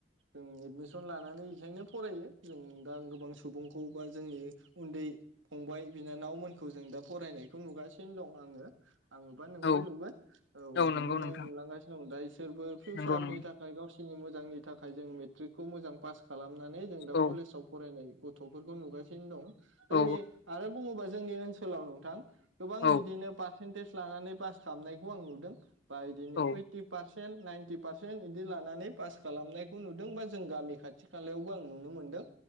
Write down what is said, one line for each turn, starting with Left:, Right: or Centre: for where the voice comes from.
Right: जों एदमिसन लानानै बेखायनो फरायो जों दा गोबां सुबुंखौ बा जोंनि उन्दै फंबाय बिनानावमोनखौ जों दा फरायनाय नुगासिनो दं आङो। आङोबा नोंबो
Left: औ
Right: नुगोन औ बिदिनो
Left: नंगौ नोंथां
Right: नुलांगासिनो दं दा इसोरबो फिउसारनि
Left: नंगौ नंगौ
Right: थाखाय गावसिनि मोजांनि थाखाय जों मेट्रिक खौ मोजां पास खालामनानै जों दा
Left: औ
Right: कलेजाव फरायनाय गथ'फोरखौ नुगासिनो दं। जोंनि
Left: औ
Right: आरो बुङोबा जोंनि ओनसोलाव नोंथां। गोबां
Left: औ
Right: बिदिनो पा पारसेन्टेज लानानै पास खालामनायखौ आं नुदों। बा इदिनो
Left: औ
Right: ओइटि फारस पारसेन्ट नाइनटि पारसेन्ट इदि लानानै पास खालामनायखौ नुदों बा जों गामि खाथि खालायावबो आं नुनो मोनदों।